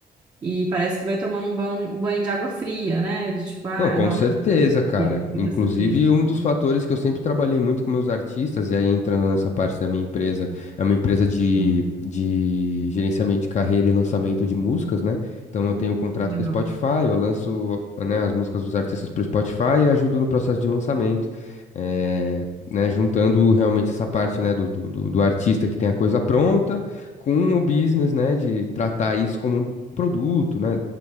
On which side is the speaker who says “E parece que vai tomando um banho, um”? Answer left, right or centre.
Right